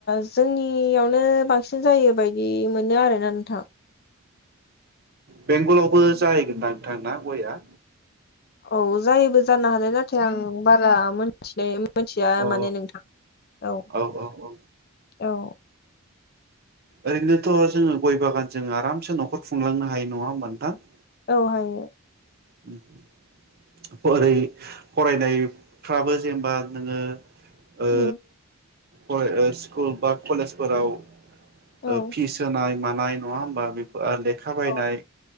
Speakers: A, on the left; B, on the right.
A: जोंनियावनो बांसिन जायो बायदि मोनो आरोना नोंथां।
B: बेंगलावबो जाय होनबा नांथांना गया।
A: औ जायोबो जानो हानाय नाथाय आं बारा मोनथिनाय मिथिया
B: अ औ
A: माने नोंथां औ-औ
B: औ औ ओरैनोथ' जोङो गय बागानजों आरामसे नखर खुंलांनो हायो नङा होनबा नोंथां ।
A: औ हायो।
B: <inaudible> ओरै फरायनायफ्राबो जेनेबा नोङो। ओ
A: उम
B: खले ओ स्कुल बा कलेजफोराव ओ
A: औ
B: फिस होनाय मान नङा हा बेफोर लेखा बायनाय
A: औ